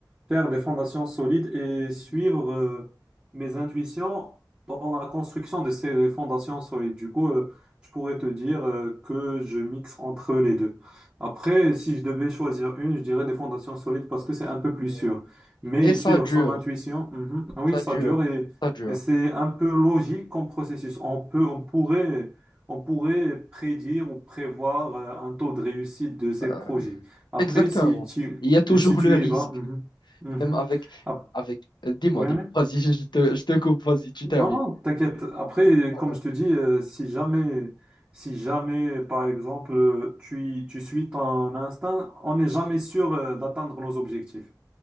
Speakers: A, on the right; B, on the left.
A: faire des fondations solides et suivre
B: Mhm.
A: euh, mes intuitions dans la construction de ces fondations solides. Du coup, euh, je pourrais te dire euh, que je mixe entre les deux. Après, si je devais choisir une, je dirais des fondations solides parce que c'est un peu plus sûr.
B: Ouais.
A: Mais
B: Et ça
A: suivre
B: dure,
A: son intuition, mhm, oui,
B: ça
A: ça
B: dure,
A: dure et,
B: ça dure.
A: et c'est un peu logique comme processus. On peut, on pourrait, on pourrait prédire ou prévoir euh, un taux de réussite de ces
B: Euh,
A: projets. Après,
B: Exactement.
A: si tu,
B: Il y a toujours
A: et si tu
B: le risque.
A: y vas, mhm. Mhm.
B: Même avec,
A: Ah,
B: avec, euh, dis-moi,
A: oui,
B: dis-moi,
A: oui.
B: vas-y, je je te, je te coupe, vas-y, tu
A: Non,
B: termines.
A: non, t'inquiète. Après,
B: D'accord.
A: comme je te dis, euh, si jamais, si jamais, par exemple, euh, tu, y- tu suis ton instinct, on n'est jamais sûr, euh, d'atteindre nos objectifs.